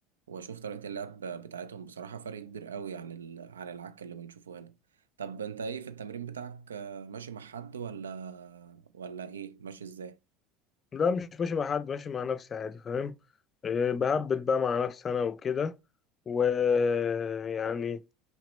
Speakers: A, on the right (about 85°); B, on the left (about 35°).
A: واشوف طريقة اللعب بتاعتهم بصراحة فرق كبير قوي عن ال... عن العك اللي بنشوفه هنا طب انت ايه في التمرين بتاعك آه، ماشي مع حد ولا ولا ايه ماشي ازاي
B: لا مش ماشي مع حد ماشي مع نفسي عادي فاهم آه، بهبط بقى مع نفسي انا وكده ويعني